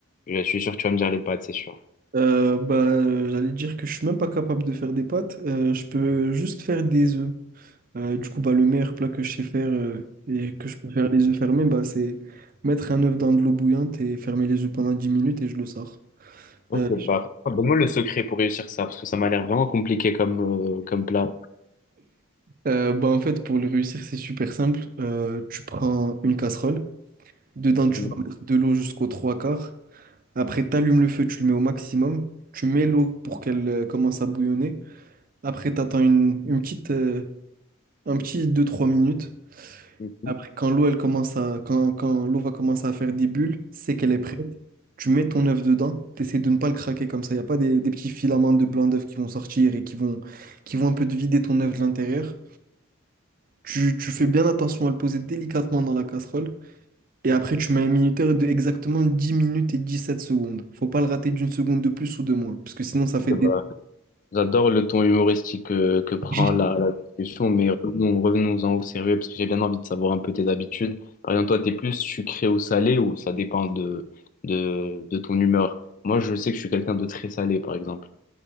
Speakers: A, on the left; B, on the right.
A: Je suis sûr que tu vas me dire les pâtes, c'est sûr.
B: Euh, bah, euh, j'allais dire que je suis même pas capable de faire des pâtes, euh, je peux juste faire des œufs. Euh, du coup, bah, le meilleur plat que je sais faire euh, et que je peux faire les œufs fermés, bah, c'est mettre un œuf dans de l'eau bouillante et fermer les œufs pendant 10 minutes et je le sors.
A: Ok,
B: Euh,
A: bah, donne-moi le secret pour réussir ça, parce que ça m'a l'air vraiment compliqué comme, euh, comme plat.
B: euh, bah, en fait, pour le réussir, c'est super simple. Euh, tu prends une casserole. Dedans,
A: Mhm,
B: tu vas mettre de l'eau jusqu'aux trois quarts. Après, tu allumes le feu, tu le mets au maximum. Tu mets l'eau pour qu'elle euh, commence à bouillonner. Après, tu attends une, une petite, euh, un petit deux trois minutes.
A: mhm.
B: Après, quand l'eau elle commence à, quand, quand l'eau va commencer à faire des bulles, c'est qu'elle est prête. Tu mets ton œuf dedans. Tu essaies de ne pas le craquer comme ça. Il n'y a pas des, des petits filaments de blanc d'œuf qui vont sortir et qui vont, qui vont un peu te vider ton œuf de l'intérieur. Tu, tu fais bien attention à le poser délicatement dans la casserole. Et après, tu mets un minuteur de exactement 10 minutes et 17 secondes. Faut pas le rater d'une seconde de plus ou de moins, parce que sinon, ça fait
A: Bah,
B: des...
A: J'adore le ton humoristique euh, que, prend
B: <laughs>
A: la, la discussion, mais revenons, revenons-en au sérieux parce que j'ai bien envie de savoir un peu tes habitudes. Par exemple, toi, t'es plus sucré ou salé ou ça dépend de, de, de ton humeur. Moi, je sais que je suis quelqu'un de très salé, par exemple.